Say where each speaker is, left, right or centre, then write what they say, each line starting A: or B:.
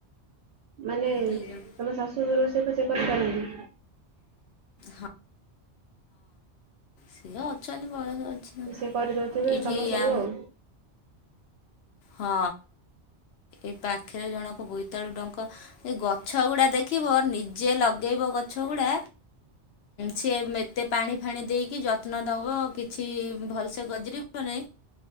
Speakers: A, on the right; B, on the left.
A: ମାନେ
B: ଦି
A: ତମ
B: ଜଣ
A: ଶାଶୁ ରୋଷେଇ ଫୋଷେଇ କରିପାରନ୍ତି?
B: ହଁ। ସିଏ ଅଛନ୍ତି <unintelligible>
A: ସେ କରିଦଉଥିବେ
B: ଏଠି
A: କାମ ସବୁ
B: ଆ
A: ଆଉ।
B: ହଁ ଏଇ ପାଖରେ ଜଣକ ବୋଇତାଳୁ ଡଙ୍କ। ଏ ଗଛ ଗୁଡା ଦେଖି ଦେଖିବ ନିଜେ ଲଗେଇବ ଗଛ ଗୁଡା ସେ ତେ ପାଣି ଫାଣି ଦେଇକି ଯ ଯତ୍ନ ଦବ କିଛି ଭଲସେ ଗଜରି ଗଲେ